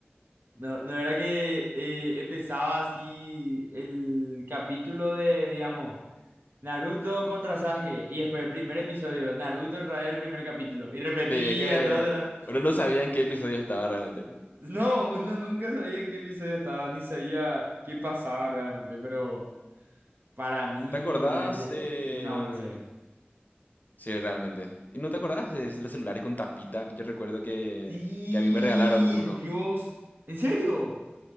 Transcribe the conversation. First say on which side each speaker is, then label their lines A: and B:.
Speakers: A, on the right; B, on the left.
A: No, no era que eh, empezaba así el capítulo de, digamos, Naruto contra Sasuke. Y después el primer episodio, Naruto otra vez el primer capítulo. Y repetía
B: Sí, es que
A: todo otra vez.
B: uno no sabía en qué episodio estaba realmente.
A: No, uno nunca sabía en qué episodio estaba, ni sabía qué pasaba realmente. Pero para mí,
B: ¿Te acordás
A: la gente,
B: de...?
A: es una buena serie.
B: Sí, realmente. ¿Y no te acordás de los celulares con tapita? Yo recuerdo que,
A: Sí,
B: que a mí me regalaron uno.
A: Dios. ¿En serio?